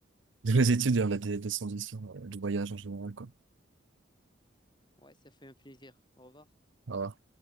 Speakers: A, on the right; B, on the left.
A: de nos études et on a des, des solutions euh, du voyage en général, quoi.
B: Ouais, ça fait un plaisir. Au revoir.
A: Au revoir.